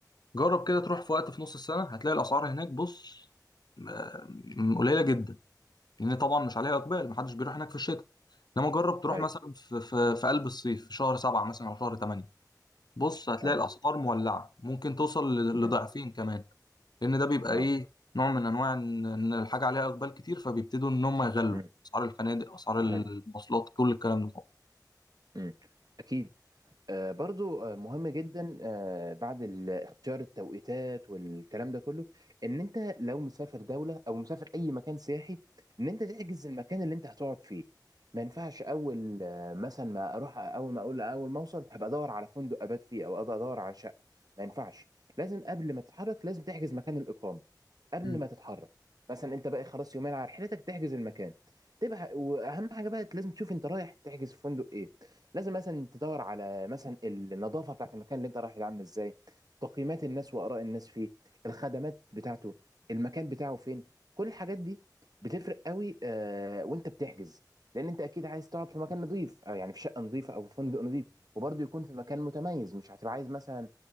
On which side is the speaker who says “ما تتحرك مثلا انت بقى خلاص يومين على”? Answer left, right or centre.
Right